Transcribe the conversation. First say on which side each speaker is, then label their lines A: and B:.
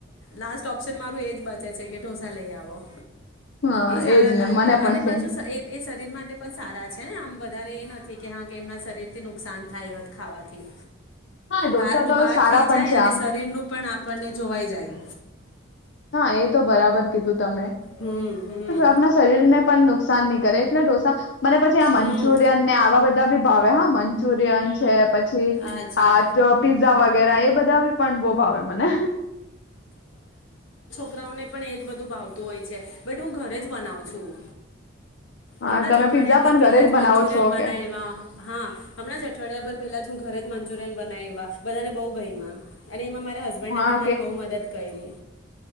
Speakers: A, on the left; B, on the left.
A: લાસ્ટ ઓપ્શન મારું એજ બચે છે કે ડોસા લઈ આવવો.
B: હા
A: એ સારા
B: એજ ને
A: લાગે
B: મને પણ
A: અને
B: સેમ
A: પછું એ એ શરીર માટે પણ સારા છે. કમ. <unintelligible> વધારે એ નથી કે હા કે એમના શરીર થી નુકસાન થાય હોત ખાવાથી.
B: હા ઢોસા
A: બારનું
B: તો
A: બહાર
B: સારા
A: થઈ
B: પણ
A: જાય
B: છે
A: અને
B: આમ
A: શરીર નું પણ આપણને જોવાય. જાય.
B: હા એ તો બરાબર કીધું તમે,
A: હમ હમ
B: આપણા શરીર ને પણ નુકાન ન કરે એટલે ડોસા, મને પછી આ મંચુરિયન
A: હમ
B: ને આવા બધા ભાવે હા મંચુરિયન છે પછી છે,
A: અચ્છા
B: આ ટ પીઝા વગેરા એ બધા બી પણ બહું ભાવે મને.
A: કરાઓને પણ એજ બધું ભાવતું હોય છે, બટ હું ઘરે જ બનાવું છું.
B: હા
A: હમણાં
B: તમે
A: જ અઠવાડિયા
B: પીઝા
A: ભર
B: પણ
A: પેલા
B: ઘરે
A: જ
B: બનાવો
A: મંચુરિયન
B: છો
A: બનાયવા,
B: કે
A: હા, હમણાં જ અઠવાડિયા પર પેલા જ ઘરે જ મંચુરિયન બનાયવા, બધાને બહું ગઈમા. અને એમાં માર રા હસબન્ડે
B: હા
A: પણ મારી બહુ મદદ કયરી.